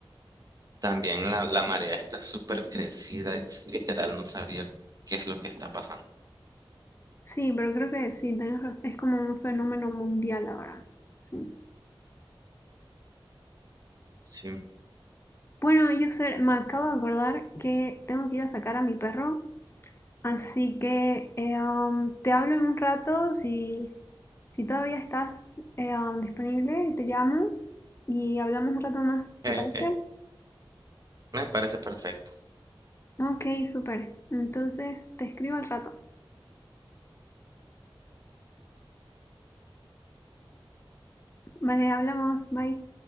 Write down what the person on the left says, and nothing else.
Sí, pero creo que sí, tenés razón. Es como un fenómeno mundial ahora. Sí.
Bueno, yo me acabo de acordar que tengo que ir a sacar a mi perro Así que eh, am, te hablo en un rato si, si todavía estás eh, am, disponible, te llamo y hablamos un rato más,
¿te parece?
Ok, súper. Entonces te escribo al rato. Vale, hablamos, bye.